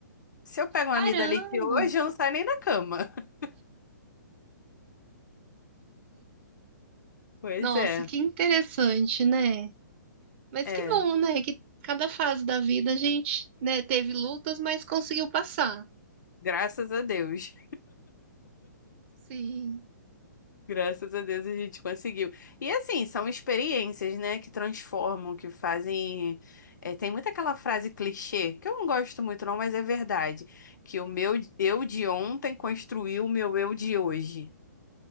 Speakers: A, on the left; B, on the right.
A: Se eu pego
B: Caramba,
A: uma amidalite hoje, eu não saio nem da cama. <laughs> Pois
B: nossa,
A: é,
B: que interessante, né? Mas
A: é,
B: que bom, né? Que cada fase da vida a gente, né, teve lutas, mas conseguiu passar.
A: graças a Deus.
B: Sim,
A: Graças a Deus a gente conseguiu. E assim, são experiências, né, que transformam, que fazem. é, tem muito aquela frase clichê, que eu não gosto muito, não, mas é verdade. Que o meu eu de ontem construiu o meu eu de hoje.